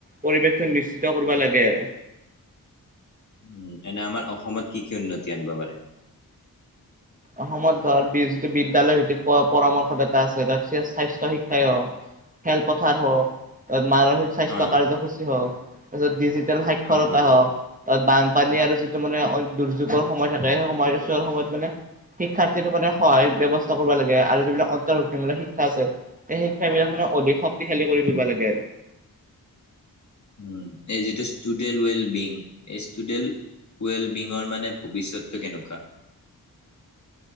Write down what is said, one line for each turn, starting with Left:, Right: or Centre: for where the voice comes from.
Right: পৰিৱেশটো নিশ্চিত কৰিব লাগে আৰু।
Left: উম এনে আমাৰ অসমত কি কি উন্নতি আনিব পাৰে?
Right: অসমত ধৰ যিটো বিদ্যলয়ৰ ভিত্তিত পৰামৰ্শদাতা আছে তাত সেই স্বাস্থ্য শিক্ষাই। খেলপথাৰ হওক মানসিক স্বাস্থ্য
Left: অ',
Right: কাৰ্যসূচী হওক তাৰপিছত ডিজিটেল সাক্ষৰতা
Left: অ', অ',
Right: হওক বানপানী আৰু যিটো মানে দুৰ্যোগৰ সময় থাকে সেই সময়ৰ চোৱা সময়ত মানে। শিক্ষাৰ্থী মানে সহায় ব্যৱস্থা কৰিব লাগে, আৰু যিবিলাক অন্তৰ্ভুক্তিমূলক শিক্ষা আছে এই শিক্ষাব বিলাক মানে। অধিক শক্তিশালী কৰি তুলিব লাগে।
Left: উম এই যিতো ষ্টুডেল ৱেল বিং এই ষ্টুডেল ৱেলবিঙৰ মানে ভৱিষ্যতটো কেনেকুৱা?